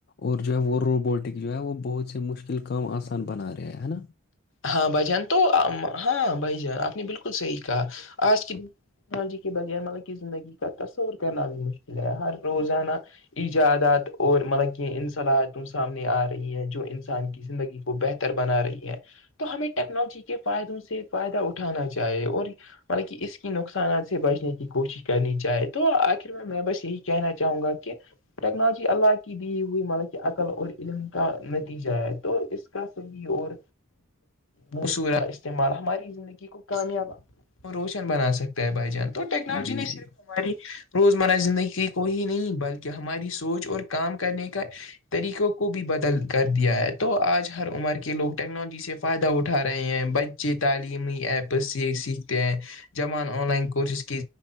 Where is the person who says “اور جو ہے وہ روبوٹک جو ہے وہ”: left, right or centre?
Left